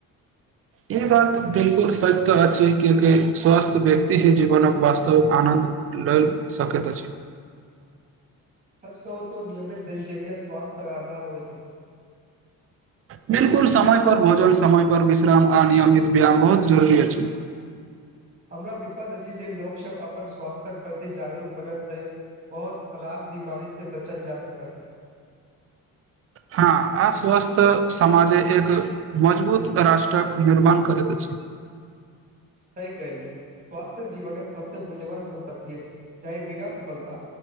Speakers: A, on the right; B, on the right.
A: ई बात बिलकुल सत्य तऽ अछि कियाकि स्वस्थ व्यक्ति ही जीवनक वास्तविक आनन्द ल सकैत अछि
B: सच कहू त नियमित दिनचर्य स्वस्थ्य आधार होइत अछि
A: बिलकुल समय पर भोजन समय पर विश्राम आ नियमित व्यायाम बहुत जरुरी अछि
B: हमरा विश्वास अछि जे लोकसभ अपन स्वास्थयक प्रति जागरूक बनतै बहुत रास बीमारी से बचल जा सकैत
A: हँ अस्वस्थ समाजे एक मजबूत राष्ट्रक निर्माण करैत अछि
B: सहि कलिय स्वास्थ्य जीवन सबस मूल्यवान सम्पत्ति ची जे बिना सफलता